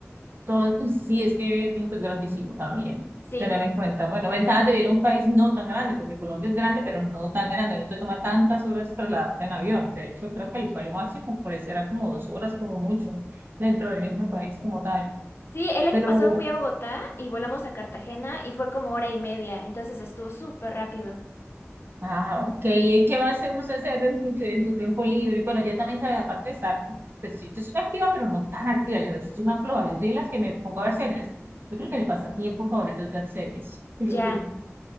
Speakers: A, on the right; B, on the left.
A: todo, sí, es que México es grandísimo también.
B: Sí.
A: Tener en cuenta, bueno, ventajas de vivir en un país no tan grande, porque Colombia es grande, pero no tan grande, no te toma tantas horas trasladarte en avión. De hecho, creo que el vuelo máximo por ahí será como dos horas, como mucho, dentro del mismo país como tal.
B: Sí, el año
A: Pero,
B: pasado fui a Bogotá y volamos a Cartagena y fue como hora y media, entonces estuvo súper rápido.
A: Ah, ok. ¿Y qué más te gusta hacer en tu, en tu tiempo libre? Bueno, ya también sabes, aparte de estar, pues sí, yo soy activa, pero no tan activa. Yo, yo soy más floja, yo soy de las que me pongo a ver series. Yo creo que el pasatiempo favorito es ver series. <laughs>
B: Ya.